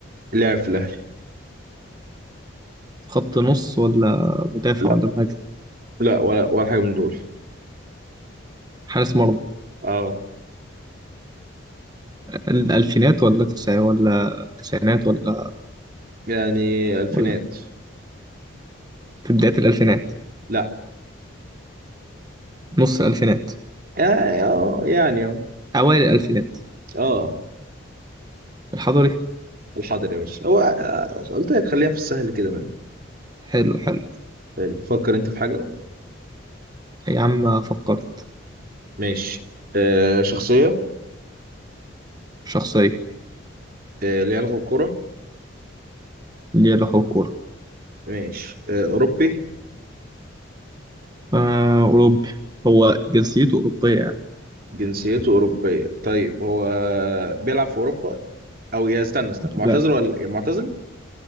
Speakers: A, on the right (about 45°); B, on the right (about 20°).
A: لعب في الأهلي
B: في خط نص ولا مدافع
A: لا
B: ولا مهاجم
A: لا ولا ولا حاجة من دول
B: حارس مرمى
A: اه
B: الالفينات ولا تسع ولا التسعينات ولا
A: يعني ألفينات
B: ولا في بدايه الالفينات
A: لا
B: نص الالفينات
A: يعني اه يعني اه
B: اوائل الالفينات
A: اه
B: الحضري
A: الحاضر يا باشا هو آه، قلت لك خليها في السهل كده من
B: حلو حلو
A: حلو. فكر أنت في حاجة
B: يا عم فكرت
A: ماشي آه شخصية
B: شخصية
A: آه ليها علاقة بالكورة
B: ليه علاقة بالكورة
A: ماشي آه أوروبي
B: آه أوروبي هو جنسيته أوروبية يعني
A: جنسيته أوروبية طيب هو آه، بيلعب في أوروبا او يا استنى استنى معتزل
B: لا
A: ولا معتزل